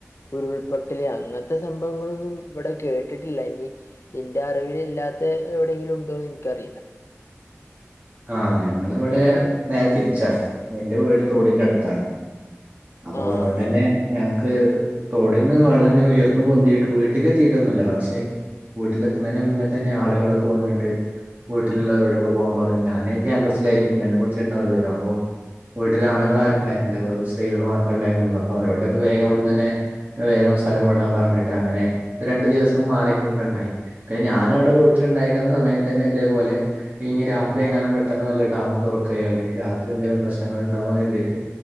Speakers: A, on the left (about 65°); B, on the right (about 35°).
A: ഉരുൾപ്പൊ ല് അങ്ങനത്തെ സംഭവങ്ങളൊന്നും ഇവിടെ കേട്ടിട്ടില്ല ഇനി എന്റെ അറിവിലില്ലാത്ത എവിടെയെങ്കിലും ഉണ്ടോ എനിക്കറിയില്ല
B: ആഹ് ഞങ്ങളവിടെ നേരെ തിരിച്ചാ എന്റെ വീട് തോടിന്റെ അടുത്താണ് അപ്പൊ
A: ആ
B: അതുകൊണ്ടന്നെ
A: ആ ആ
B: ഞങ്ങക്ക് തൊടിന്ന് വെള്ളം അങ്ങനെ ഉയർന്ന പൊന്തിട്ട് വീട്ട്ക്ക് എത്തിട്ടൊന്നുല്ല പക്ഷെ വീട്ടിലെത്ത്ണിൻ്റെ മുന്നെ തന്നെ ആളുകളൊക്കെ വന്നിട്ട് വീട്ടിലുള്ളവരോടൊക്കെ പോകാൻ പറഞ്ഞ ഞാന്ൻ ക്യാമ്പസിലായിരിക്കും ഞാൻ വീട്ടിലണ്ടാവില്ലല്ലോ അപ്പൊ വീട്ടില ആണുങ്ങൾ
A: ആ
B: ആരുണ്ടായിരുല്ല
A: ആ
B: ല്ല വെറും സ്ത്രീകൾ മാത്രേ ഉണ്ടായിരുന്നുള്ള അപ്പ അവരോൊക്കെ വേഗംവിടന്ന് തന്നെ വേഗം സ്ഥലം വിടാൻ പറഞ്ഞിട്ട് അങ്ങനെ രണ്ടു ദിവസം മാറിക്കൊ ഒക്കെ ഉണ്ടായി ഇപ്പ ഞാനും അവിടെ വീട്ടില ഉണ്ടായിരുന്ന സമയത്ത് തന്നെ ഇതേപോലെ ഇഞ്ഞി രാ ത്രി എങ്ങാനും പെട്ടെന്ന്ല്ല ഡാം തുറക്കയോ അല്ലെങ്കി രാത്രി എന്തെലും പ്രശ്നങ്ങൾണ്ടകോ ന്ന് കരുതിട്ട്